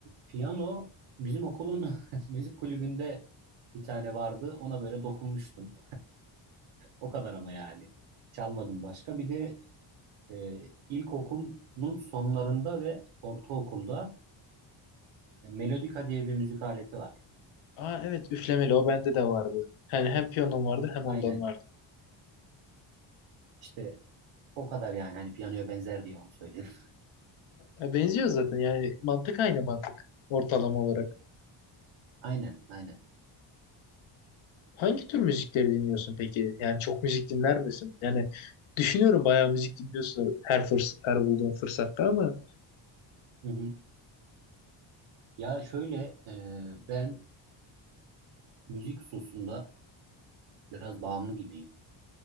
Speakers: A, on the right (about 80°); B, on the left (about 80°).
A: piyano bizim okulun <laughs> müzik kulübünde bir tane vardı. Ona böyle dokunmuştum. O kadar ama yani. Çalmadım başka. Bir de e, ilkokulun sonlarında ve ortaokulda e, melodika diye bir müzik aleti var.
B: Aa evet üflemeli o bende de vardı. Yani hem piyanom vardı hem
A: Aynen.
B: ondan vardı.
A: İşte o kadar yani. Hani piyanoya benzer diye onu söyledim.
B: Ya benziyor zaten yani mantık aynı mantık ortalama olarak.
A: <laughs> Aynen, aynen.
B: Hangi tür müzikleri dinliyorsun peki? Yani çok müzik dinler misin? Yani düşünüyorum bayağı müzik dinliyorsun her fırs her bulduğun fırsatta ama
A: Hı hı. Ya şöyle e, ben müzik hususunda biraz bağımlı gibiyim.